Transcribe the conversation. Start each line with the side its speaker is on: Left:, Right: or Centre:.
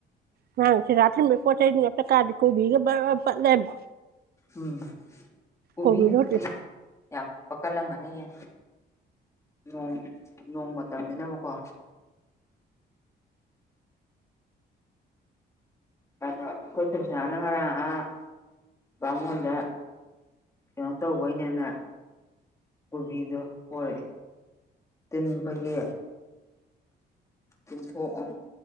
Right: ꯅꯍꯥꯟ ꯁꯤꯗꯥ ꯊꯤꯟꯕꯩ ꯄꯣꯠ ꯆꯩꯗꯨ ꯑꯃꯇ ꯀꯥꯗꯤ ꯀꯣꯕꯤꯒꯥ ꯕꯔꯕꯔ ꯄꯠ ꯂꯩꯔꯝꯃꯦ
Left: ꯎꯝ ꯀꯣꯕꯤ
Right: ꯀꯣꯕꯤꯗꯣ
Left: ꯍꯧꯖꯤꯛꯇꯤ
Right: ꯍꯧꯖꯤꯛ
Left: ꯌꯥꯝ ꯄꯛꯀꯠꯂꯝꯒꯅꯤꯌꯦ ꯅꯣꯡ ꯅꯣꯡ ꯃꯇꯝꯅꯤꯅꯕꯀꯣ ꯑꯗꯣ ꯑꯩꯈꯣꯏ ꯊꯣꯏꯕꯤꯁꯅꯥ ꯅꯥ ꯉꯔꯡ ꯑꯥ ꯕꯥꯃꯣꯟꯗ ꯀꯩꯅꯣ ꯇꯧꯕꯩꯅꯦꯅꯦ ꯀꯣꯕꯤꯗꯣ ꯄꯣꯔꯛꯑꯦ ꯇꯤꯟ ꯑꯩꯈꯣꯏꯒꯤ ꯇꯤꯟꯊꯣꯛ ꯑꯝ